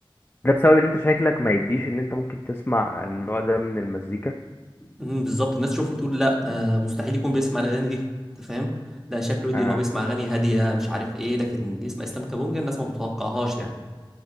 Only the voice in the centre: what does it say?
امم بالظبط الناس تشوفني تقول لا ده مستحيل يكون بيسمع الاغاني دي انت فاهم ده شكله يدي
ان هو بيسمع اغاني هاديه مش عارف ايه لكن يسمع اسلام كابونجا الناس ما بتتوقعهاش يعني